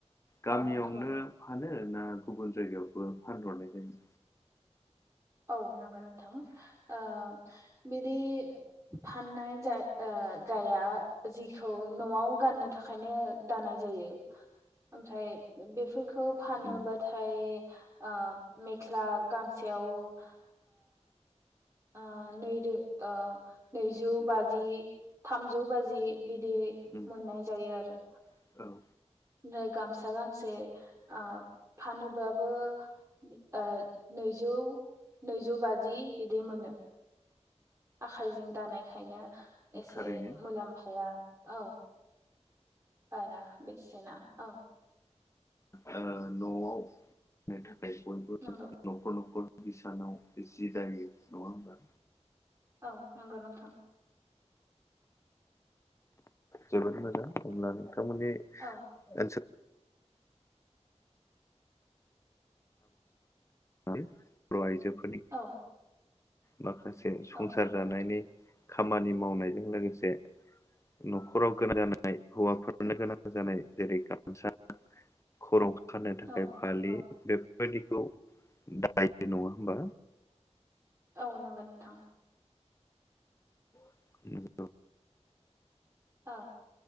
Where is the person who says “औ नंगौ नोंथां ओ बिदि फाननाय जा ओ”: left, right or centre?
Right